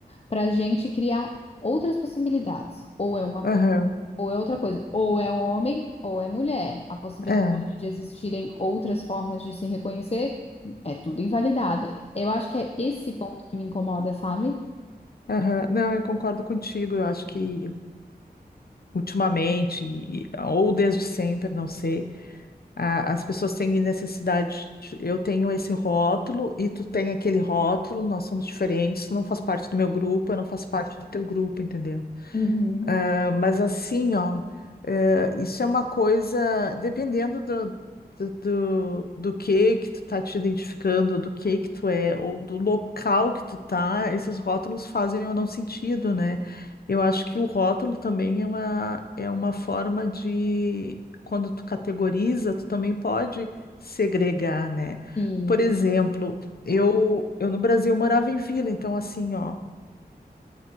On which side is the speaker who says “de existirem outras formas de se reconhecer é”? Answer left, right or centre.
Left